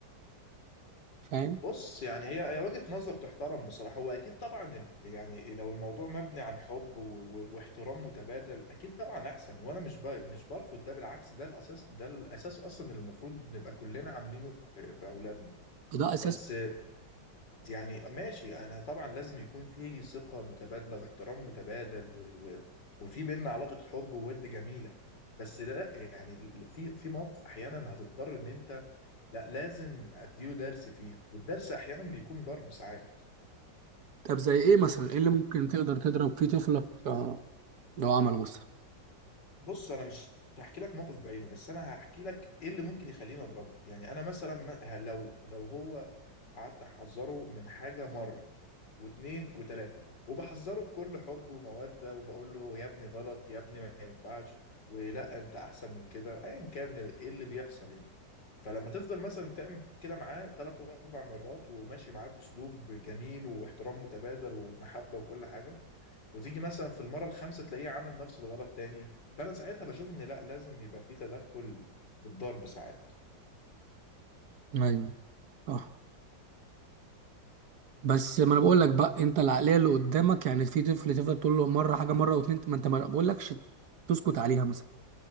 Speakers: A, on the right; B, on the left.
A: فاهم
B: بص يعني هي هي وجهة نظر تحترم بصراحة هو أكيد طبعا ال... يعني لو الموضوع مبني عن حب و... و... واحترام متبادل أكيد طبعا أحسن وأنا مش ب... مش برفض ده بالعكس ده الأساس ده الأساس أصلا اللي المفروض نبقى كلنا عاملينه في... في أولادنا
A: ده اساس
B: بس يعني ماشي أنا طبعا لازم يكون في ثقة متبادلة واحترام متبادل و... و... وفي بينا علاقة حب وود جميلة بس لا يعني في في مواقف احيانا هتضطر ان انت لا لازم اديله درس فيها والدرس احيانا بيكون ضرب ساعات
A: طب زي ايه مثلا ايه اللي ممكن تقدر تضرب فيه طفلك آه، لو عمله مثلا
B: بص انا مش هحكي لك موقف بعينه بس انا هحكي لك ايه اللي ممكن يخليني اضربه يعني انا مثلا ما- ه- لو لو هو قعدت احذره من حاجه مره واثنين وثلاثه وبحذره بكل حب وموده وبقول له يا ابني غلط يا ابني ما ينفعش ولا انت احسن من كده ايا كان ايه اللي بيحصل يعني فلما تفضل مثلا تعمل كده معاه ثلاث واربع مرات وماشي معاه باسلوب جميل واحترام متبادل ومحبه وكل حاجه وتيجي مثلا في المره الخامسه تلاقيه عمل نفس الغلط تاني فانا ساعتها بشوف ان لا لازم يبقى في تدخل بالضرب ساعات
A: ايوه صح بس ما انا بقول لك بقى انت العقليه اللي قدامك يعني في طفل تفضل تقول له مره حاجه مره واتنين ما انت ما بقول لكش تسكت عليها مثلا